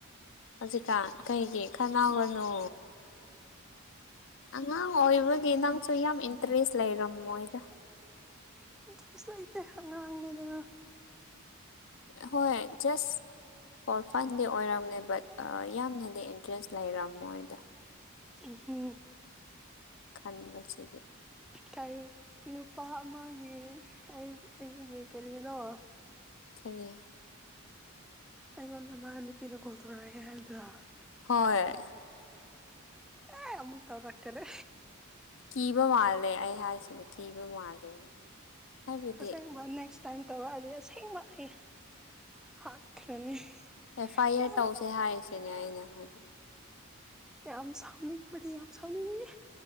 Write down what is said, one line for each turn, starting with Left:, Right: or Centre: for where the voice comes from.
Left: ꯍꯧꯖꯤꯛꯀꯥꯟ ꯀꯩꯒꯤ ꯈꯅꯥꯎꯒꯅꯨ ꯑꯉꯥꯡ ꯑꯣꯏꯕꯒꯤ ꯅꯪꯁꯨ ꯌꯥꯝ ꯏꯟꯇꯔꯦꯁ ꯂꯩꯔꯝ ꯃꯣꯏꯗ <unintelligible>
Centre: ꯏꯪꯁ ꯂꯩꯇꯦ ꯑꯉꯥꯡꯅꯤꯗꯅ
Left: ꯍꯣꯏ ꯁ ꯑꯣ ꯐꯟꯗꯤ ꯑꯣꯏꯔꯝꯃꯦ ꯕꯠ ꯌꯥꯝꯅꯗꯤ ꯏꯟꯇꯔꯦꯁ ꯂꯩꯔꯝ ꯃꯣꯏꯗ
Centre: ꯍꯝ
Left: ꯈꯅꯤ ꯃꯁꯒꯤ
Centre: ꯀꯔꯤ ꯅꯨꯄꯥ ꯑꯃꯒꯤ ꯑꯩ ꯑꯩꯒꯤ ꯀꯔꯤꯅꯣ
Left: ꯈꯅꯤ
Centre: ꯑꯩꯉꯣꯟ ꯅ ꯃꯥ ꯅꯨꯄꯤꯤꯅ ꯀꯣꯜ ꯇꯣꯔꯔꯦ ꯍꯥꯏꯔꯗ
Left: ꯍꯣꯏ
Centre: ꯑ ꯑꯃꯨꯛꯇ ꯇꯥꯛꯇꯔꯦ
Left: ꯀꯤꯕ ꯃꯥꯜꯂꯦ ꯑꯩ ꯍꯥꯏꯁꯤꯅꯦ ꯀꯤꯕ ꯃꯥꯜꯂꯦ ꯍꯥꯏꯕꯗꯤ
Centre: ꯑꯁꯦꯡꯕ ꯅꯦꯛꯁ ꯇꯥꯏꯝ ꯇꯧꯔꯛꯑꯗꯤ ꯑꯁꯦꯡꯕ ꯑꯩ ꯍꯥꯠꯈ꯭ꯔꯅꯤ
Left: ꯑꯦꯐ ꯑꯥꯏ ꯑꯥꯔ
Centre: ꯌꯥꯝ
Left: ꯇꯧꯁꯦ ꯍꯥꯏꯔꯤꯁꯤꯅꯦ ꯑꯩꯅ ꯍꯥꯏꯕꯅꯦ
Centre: ꯌꯥꯝ ꯁꯥꯎꯅꯤꯡꯕꯗꯤ ꯌꯥꯝ ꯁꯥꯎꯅꯤꯡꯉꯤ